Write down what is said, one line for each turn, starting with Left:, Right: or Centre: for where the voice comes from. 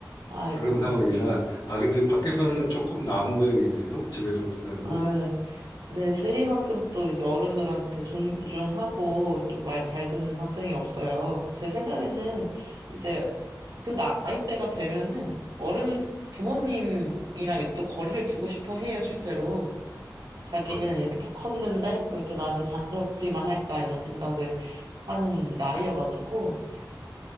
Right: 아이고.
Left: 그런 상황이라 아 근데 밖에서는
Right: 네.
Left: 조금 나은 모양이네요. 집에서보다는.
Right: 아, 네, 제이만큼 또 이제 어른들한테 존중하고 또 말 잘 듣는 학생이 없어요. 제 생각에는 이제 그 나이대가 되면은 어른, 부모님이랑 이제 또 거리를 두고 싶어 해요, 실제로. 자기는
Left: 어,
Right: 이렇게 다 컸는데 왜 이렇게 나한테 잔소리만 할까 이런 생각을 하는 나이여가지고.